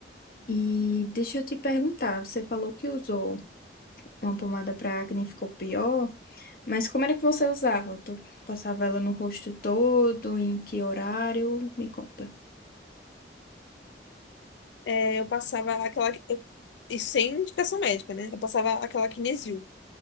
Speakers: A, on the left; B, on the left.
A: E deixa eu te perguntar, você falou que usou uma pomada para acne e ficou pior, mas como era que você usava? Tu passava ela no rosto todo, em que horário? Me conta.
B: É, eu passava aquela. eu- e sem indicação médica, né? Eu passava aquela Kinesil.